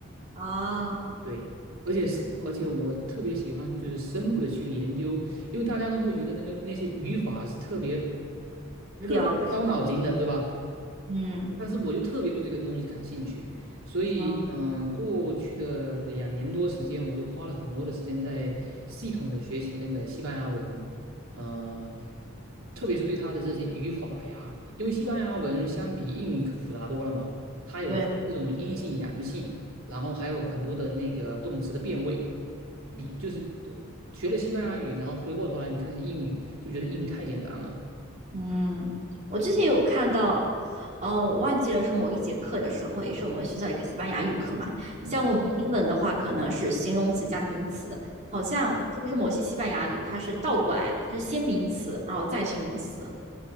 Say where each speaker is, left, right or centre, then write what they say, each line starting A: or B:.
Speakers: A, on the right (about 35°); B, on the right (about 85°).
A: 啊，
B: 对，而且是而且我特别喜欢就是深入的去研究，因为大家都会觉得那个那些语法是特别
A: 无聊的是，
B: 特别烧脑筋的，对吧？
A: 嗯
B: 但是我又特别对这个东西感兴趣，所以嗯、
A: 啊，
B: 呃过去的两年多时间，我就花了很多的时间在系统的学习那个西班牙文，呃，特别是对它的这些语法呀，因为西班牙文相比英语可复杂多了嘛，它有这种阴性、
A: 对，
B: 阳性，然后还有很多的那个动词的变位，你就是呃学了西班牙语，然后回过头来你看英语，就觉得英语太简单了。
A: 嗯，我之前有看到，哦，我忘记了是某一节课的时候，也是我们学校一个西班牙语课嘛，
B: 嗯嗯
A: 像我们英文的话，可能是形容词加名词，好像是不是某些西班牙语它是倒过来的，它是先名词，然后再形容词。